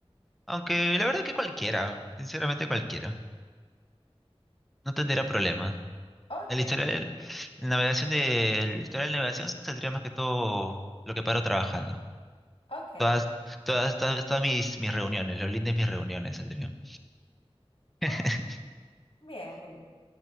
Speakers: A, in the centre; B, on the left.
A: Aunque la verdad que cualquiera, sinceramente cualquiera. No tendría problema.
B: Ok,
A: El historial, la navegación de, el historial de navegación saldría más que todo lo que paro trabajando.
B: ok.
A: Todas, todas, todas, todas mis, mis reuniones, los links de mis reuniones saldrían. <laughs>
B: Oh, bien, bien.